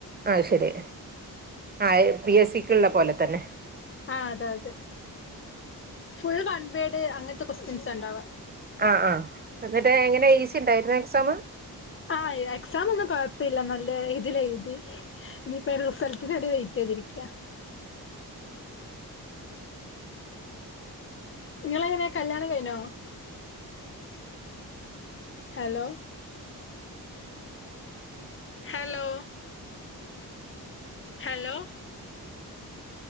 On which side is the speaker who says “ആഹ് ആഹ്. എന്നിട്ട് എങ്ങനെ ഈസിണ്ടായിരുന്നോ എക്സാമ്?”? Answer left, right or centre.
Right